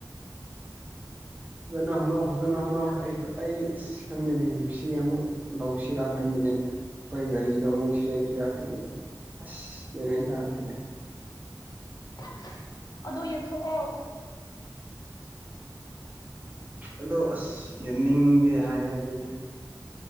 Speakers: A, on the right; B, on the left.
A: ꯍꯖꯥꯅ ꯍꯨꯅ ꯍꯣꯖꯅ ꯍꯨꯅ ꯑꯩ ꯑꯩ ꯁꯤ ꯈꯪꯗꯅꯦ ꯞꯁꯤ ꯑꯃꯨꯛ ꯂꯧꯁꯤꯔ ꯈꯟꯕꯅꯦ ꯑꯩꯈꯣꯏ ꯒꯥꯔꯤꯗꯣ ꯑꯃꯨꯛ ꯁꯦꯝꯁꯤꯔ ꯈꯜꯂꯤꯂ ꯑꯁ ꯄꯦꯃꯦꯟ ꯇꯥꯗ꯭ꯔꯦꯗ
B: <unintelligible> ꯑꯗꯨꯣ ꯌꯦꯟꯊꯣꯛꯑꯣ
A: ꯑꯗꯣ ꯑꯁ ꯌꯦꯡꯅꯤꯡꯗꯦ ꯍꯥꯏꯌꯦ ꯑꯗꯨꯒꯤ